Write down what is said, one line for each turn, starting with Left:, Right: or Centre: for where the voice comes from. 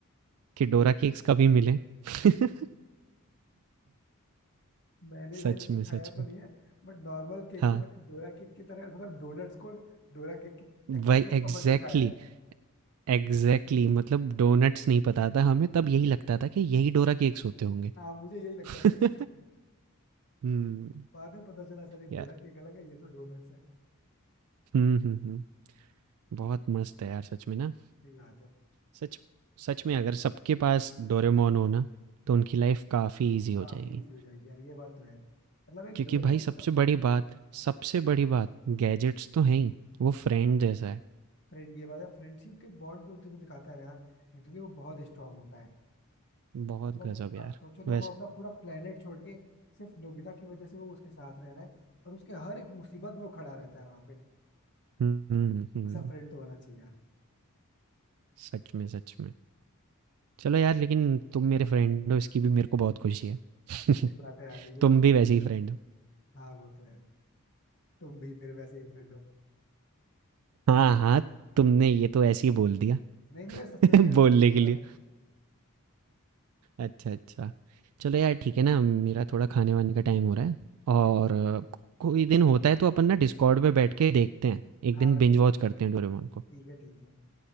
Right: कि डोरा केक्स कभी मिले <laughs>
Left: मैंने भाई
Right: सच
Left: ऐसे
Right: में
Left: खाया
Right: सच
Left: तो
Right: में
Left: नहीं है बट नॉर्मल केक
Right: हाँ
Left: को मैंने डोरा केक की तरह मतलब डोनट्स को डोरा केक की
Right: वही
Left: एक- मतलब
Right: एग्जैक्टली
Left: समझ के खाया है
Right: exactly, एग्जैक्टली exactly, मतलब डोनट्स नहीं पता था हमें तब यही लगता था कि यही डोरा केक्स होते होंगे
Left: हाँ मुझे यही लगता
Right: <laughs>
Left: था सच में
Right: हम्म
Left: बाद में पता चला सर ये
Right: यार
Left: डोरा केक अलग है ये तो डोनट्स है
Right: हम्म हम्म हम्म बहुत मस्त है यार सच में ना
Left: सही बात है
Right: सच सच में अगर सबके पास डोरेमोन हो ना तो उनकी लाइफ काफ़ी ईजी हो
Left: काफी
Right: जाएगी
Left: इजी हो जाएगी यार ये बात तो है मतलब एक
Right: क्योंकि
Left: डोरेमोन
Right: भाई सबसे
Left: जैसा फ्रेंड
Right: बड़ी बात सबसे बड़ी बात गैजेट्स तो हैं ही वो फ्रेंड
Left: हाँ
Right: जैसा है
Left: फ्रेंड ये बात है फ्रेंडशिप के बॉन्ड जो तुम्हें दिखाता है ना यार लिटरली वो बहुत स्ट्रांग होता है
Right: बहुत
Left: मतलब
Right: गजब यार
Left: आप सोचो ना
Right: वैसे
Left: वो अपना पूरा प्लेनेट छोड़ के सिर्फ नोबिता की वजह से वो उसके साथ रह रहा है और उसके हर एक मुसीबत में वो खड़ा रहता है वहां पे
Right: हम्म हम्म हम्म,
Left: ऐसा फ्रेंड तो होना चाहिए यार
Right: सच में सच में चलो यार लेकिन तुम मेरे फ्रेंड हो इसकी भी मेरे को बहुत खुशी है <laughs>
Left: सही बात है यार ये
Right: तुम
Left: बात
Right: भी वैसे ही फ्रेंड हो
Left: हाँ वो तो है तुम भी मेरे वैसे ही फ्रेंड हो
Right: हाँ हाँ तुमने ये तो ऐसे ही बोल दिया
Left: नहीं नहीं मैं सच में
Right: <laughs>
Left: कह रहा
Right: बोलने
Left: हूँ
Right: के
Left: बात
Right: लिए
Left: नहीं,
Right: अच्छा अच्छा चलो यार ठीक है ना मेरा थोड़ा खाने वाने का टाइम हो रहा है
Left: ठीक
Right: और
Left: है ठीक
Right: अ,
Left: है
Right: कोई दिन होता है तो अपन ना डिस्कॉर्ड पे बैठ के देखते हैं एक
Left: हाँ
Right: दिन बिंज वॉच करते हैं डोरेमोन को
Left: ठीक है ठीक है